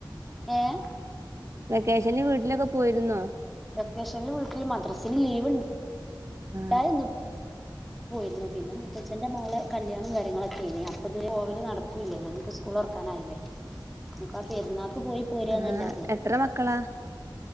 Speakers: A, in the centre; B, on the right (about 35°).
A: ഏഹ്
B: വെക്കേഷന് വീട്ടിലൊക്കെ പോയിരുന്നോ
A: വെക്കേഷനില് വീട്ടില് മദ്രാസില് ലീവി
B: ആ
A: ണ്ടായിന്നു പോ യിരുന്നു പിന്നെ മുത്തച്ഛന്റെ മോളെ കല്യാണം കാര്യങ്ങളൊക്കെ ആയിനെ അപ്പ ഇതു പോവല് നടക്കൂല്ലല്ലോ ഇനിപ്പാ സ്കൂ സ്കൂളൊർക്കാനായിലെ ഇനിപ്പ പെരുന്നാക്ക് പോയി പോരന്നല്ലാതെ
B: ആ എത്ര മക്കളാ